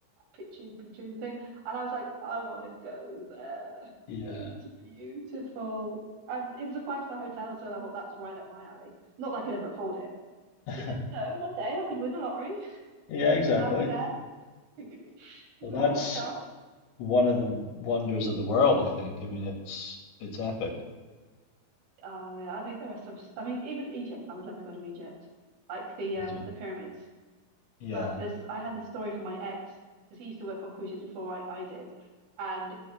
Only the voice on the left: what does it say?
Yeah.
<laughs>
Yeah, exactly.
Well,
that's
one of the wonders of the world, I think. I mean, it's it's epic.
You
do.
Yeah.